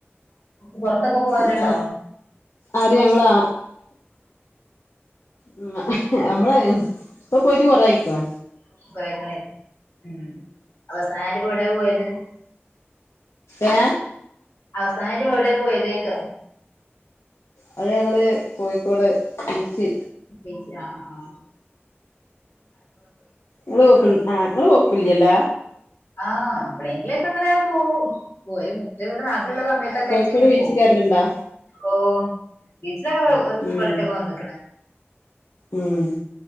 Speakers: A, on the left; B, on the left.
A: പോറ്ത്തൊക്കെ പോവല്ണ്ടോ
B: ഞാ ആര് ഞങ്ങളാ ഉം ഞമ്മളേ ഇപ്പൊ പോയിട്ട് കൊറായ്‌ക്ണ്
A: <unintelligible> ഉം അവസാനങ്ങോട്ടാ പോയത്
B: ഏ
A: അവസാനായിട്ട് എവടെ പോയതോയ്ക്ക
B: അത് ഞങ്ങള് കോഴിക്കോട് ബീച്ച്
A: ബീച്ച് ആ ആ ആ
B: ങ്ങള് പോക് ആ ഇങ്ങള്പോക്ക്ല്ല്യല
A: ആ എപ്പളെങ്കിലാെക്കെങ്ങനെ പോകും പോര് ത് വെടെ നാട്ടില്ള്ള സമയത്തൊക്കായിട്ട്ങ്ങനെ
B: കോഴിക്കോട് ബീച്ച്
A: പോവും
B: കേറലുണ്ടാ
A: ഓ <unintelligible>
B: ഉം
A: ഒരട്ടോക്കെ വന്ന്ക്ക്ണ്
B: ഉം